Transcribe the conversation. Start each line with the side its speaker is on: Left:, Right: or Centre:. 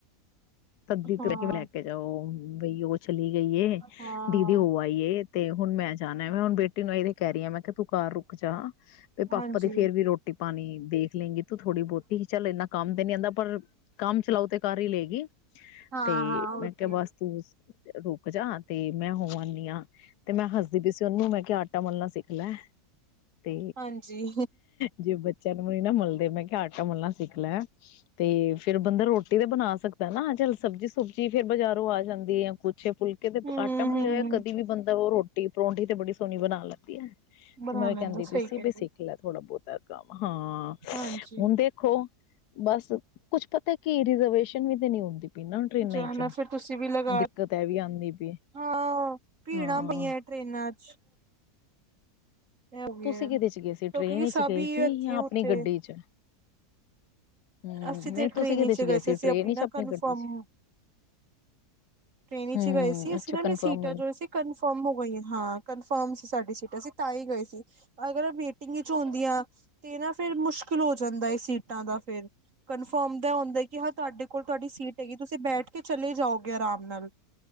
Left: ਤਦੀ
Right: ਹਾਂ
Left: ਤੱਕ ਲੈ ਕੇ ਜਾਓ ਬਈ ਉਹ ਛੱਲੀ ਆਈਏ
Right: ਹਾਂ
Left: ਤੇ ਉਹ ਆਈ ਏ ਤੇ ਹੁਣ ਮੈਂ ਜਾਣਾ ਮੈਂ ਹੁਣ ਬੇਟੀ ਨੂੰ ਇਹੀ ਤੇ ਕਹਿ ਰਹੀ ਹਾਂ ਮੈਂ ਕਿਹਾ ਤੂੰ ਘਰ ਰੁਕ ਜਾ। ਵੀ ਪਾਪਾ
Right: ਹਾਂਜੀ
Left: ਤੇ ਫਿਰ ਵੀ ਰੋਟੀ ਪਾਣੀ ਦੇਖ ਲੇਗੀ ਤੂੰ ਥੋੜੀ ਬਹੁਤੀ ਚੱਲ ਇੰਨਾ ਕੰਮ ਤੇ ਨੀ ਆਉਂਦਾ ਪਰ। ਕੰਮ ਚਲਾਓ ਤੇ ਕਰ ਹੀ ਲਏਗੀ
Right: ਹਾਂ
Left: ਤੇ
Right: ਹਾਂ ਉਹ
Left: ਮੈਂ ਕਿਹਾ
Right: ਤੇ
Left: ਬਸ। ਤੂੰ ਰੁਕ ਜਾ ਤੇ ਮੈਂ ਹੋ ਆਨੀ ਹਾਂ। ਤੇ ਮੈਂ ਹੱਸਦੀ ਪਈ ਸੀ ਉਹਨੂੰ ਮੈਂ ਕਿਹਾ ਆਟਾ ਮਲਣਾ ਸਿੱਖ ਲੈ ਤੇ
Right: ਹਾਂਜੀ
Left: ਜੇ ਬੱਚਿਆਂ ਨੂੰ ਨੀ ਮਿਲਦੇ ਮੈਂ ਕਿਹਾ ਆਟਾ ਮਲਣਾ ਸਿੱਖ ਲੈ ਤੇ ਫਿਰ ਬੰਦਾ ਰੋਟੀ ਤੇ ਬਣਾ ਸਕਦਾ ਨਾ ਚੱਲ ਸਬਜ਼ੀ ਸੁਬਜੀ ਫਿਰ ਬਾਜ਼ਾਰੋਂ ਆ ਜਾਂਦੀ ਆ ਕੁਛ। ਜੇ ਫੁਲਕੇ ਤੇ
Right: ਹਮ
Left: ਆਟਾ ਮੁੱਲਿਆ
Right: ਹਮ
Left: ਹੋਇਆ ਕਦੀ ਵੀ ਬੰਦਾ ਉਹ ਰੋਟੀ ਪਰੌਂਠੀ ਤੇ ਬੜੀ ਸੋਹਣੀ ਬਣਾ ਲੈਂਦੀ ਹੈ।
Right: ਬਣਾ
Left: ਤੇ ਮੈਂ ਵੀ
Right: ਲੈਂਦਾ
Left: ਕਹਿੰਦੀ ਵੀ
Right: ਸਹੀ
Left: ਸੀ
Right: ਕਹਿ
Left: ਵੀ
Right: ਰਹੇ
Left: ਸਿੱਖ ਲੈ ਥੋੜਾ ਬਹੁਤਾ ਕੰਮ ਹਾਂ
Right: ਹਾਂਜੀ
Left: ਹੁੰਦੇ ਦੇਖੋ ਬਸ ਕੁੱਛ ਪਤਾ ਕੀ ਰਿਜਰਵੇਸ਼ਨ ਵੀ ਤੇ ਨੀ ਹੁੰਦੀ ਪਈ ਨਾ ਟ੍ਰੇਨਾਂ
Right: ਜਾਣਾ
Left: ਵਿੱਚ
Right: ਫਿਰ ਤੁਸੀਂ ਵੀ ਲਗਾ
Left: ਦਿੱਕਤ ਇਹ ਵੀ ਆਉਂਦੀ ਪਈ
Right: ਹਾਂ ਉਹ ਭੀੜਾਂ
Left: ਹਾਂ
Right: ਪਈਆਂ। ਟਰੇਨਾਂ, ਚ ਇਹ ਹੋ ਗਿਆ
Left: ਤੁਸੀਂ ਕਿਦੇ ਚ ਗਏ ਸੀ
Right: ਸੋ
Left: ਟਰੇਨ
Right: ਕਿਉਂਕਿ
Left: ਵਿੱਚ
Right: ਸਭ
Left: ਗਏ
Right: ਹੀ
Left: ਸੀ
Right: ਇੱਥੇ
Left: ਜਾਂ
Right: ਉੱਥੇ
Left: ਆਪਣੀ ਗੱਡੀ ਚ ਹੂ
Right: ਅਸੀਂ ਤੇ
Left: ਨਹੀਂ ਤੁਸੀਂ
Right: ਟ੍ਰੇਨ
Left: ਕਿਦੇ
Right: ਵਿਚ
Left: ਚ ਗਏ ਸੀ
Right: ਅਸੀਂ
Left: ਟਰੇਨ ਹੀ
Right: ਨਾ
Left: ਚ ਆਪਣੀ
Right: ਕਨਫਰਮ
Left: ਗੱਡੀ ਚ
Right: ਟ੍ਰੇਨ
Left: ਹੂੰ,
Right: 'ਚ ਗਏ ਸੀ ਅਸੀਂ
Left: ਅੱਛਾ
Right: ਨਾ ਵੀ
Left: ਕਨਫਰਮ
Right: ਸੀਟਾਂ
Left: ਮਿਲ
Right: ਜੋ ਸੀ। ਕਨਫੋਰਮ ਹੋ ਗਈਆਂ ਹਾਂ ਕਨਫਰਮ ਸੀ ਸਾਡੀ ਸੀਟਾਂ ਅਸੀਂ ਤਾਂ ਹੀ ਗਏ ਸੀ। ਅਗਰ ਮੀਟਿੰਗ ਵਿੱਚ ਆਉਂਦੀਆਂ ਤੇ ਨਾ ਫਿਰ ਮੁਸ਼ਕਿਲ ਹੋ ਜਾਂਦਾ ਹੈ ਸੀਟਾਂ ਦਾ ਫਿਰ। ਕਨਫਰਮ ਦਾ ਹੁੰਦਾ ਕਿ ਹਾਂ ਤੁਹਾਡੇ ਕੋਲ ਤੁਹਾਡੀ ਸੀਟ ਹੈਗੀ ਤੁਸੀਂ ਬੈਠ ਕੇ ਚਲੇ ਜਾਓਗੇ ਆਰਾਮ ਨਾਲ,